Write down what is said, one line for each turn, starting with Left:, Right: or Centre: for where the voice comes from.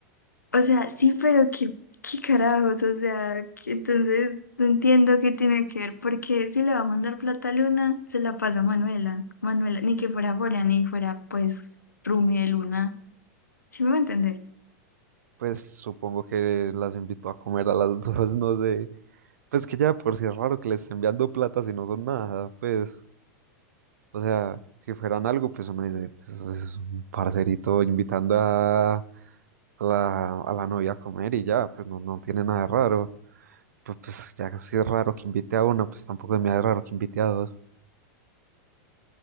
Left: O sea, sí, pero qué, qué carajos, o sea, que entonces no entiendo qué tiene que ver, porque si le va a mandar plata a Luna, se la pasa a Manuela. Manuela, ni que fuera Bora, ni fuera pues Rumi de Luna. ¿Sí me va a entender?
Right: pues supongo que las invitó a comer a las <laughs> dos, no sé. Pues que ya por si es raro que les estén enviando plata si no son nada, pues, o sea, si fueran algo, pues uno dice, pues eso es un parcerito invitando a, a la, a la novia a comer y ya, pues no, no tiene nada de raro. pues, pues, ya si es raro que invite a uno, pues tampoco es muy raro que invite a dos.